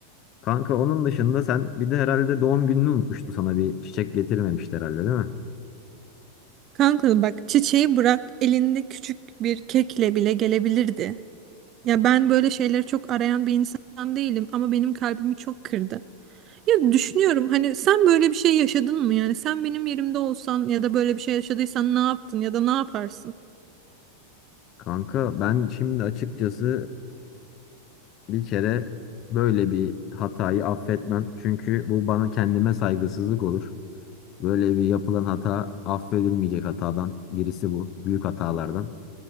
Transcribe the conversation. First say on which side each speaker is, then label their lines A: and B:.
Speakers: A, on the left; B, on the right.
A: Kanka onun dışında sen bir de herhalde doğum gününü unutmuştu sana bir çiçek getirmemişti herhalde değil mi?
B: Kanka bak çiçeği bırak elinde küçük bir kekle bile gelebilirdi. Ya ben böyle şeyleri çok arayan bir insan değilim ama benim kalbimi çok kırdı. Ya düşünüyorum hani sen böyle bir şey yaşadın mı yani sen benim yerimde olsan ya da böyle bir şey yaşadıysan ne yaptın ya da ne yaparsın?
A: Kanka ben şimdi açıkçası eee, bir kere böyle bir hatayı affetmem. Çünkü bu bana kendime saygısızlık olur. Böyle bir yapılan hata affedilmeyecek hatadan birisi bu. Büyük hatalardan.